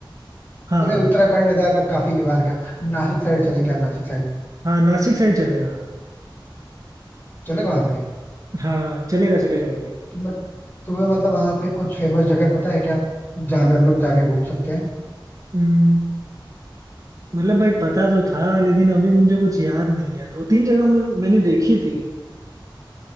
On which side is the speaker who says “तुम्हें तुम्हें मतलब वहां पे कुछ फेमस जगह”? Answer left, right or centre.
Left